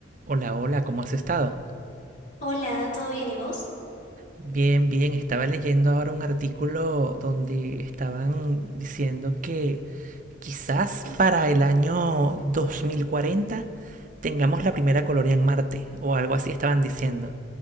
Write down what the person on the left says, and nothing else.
Hola, ¿todo bien y vos?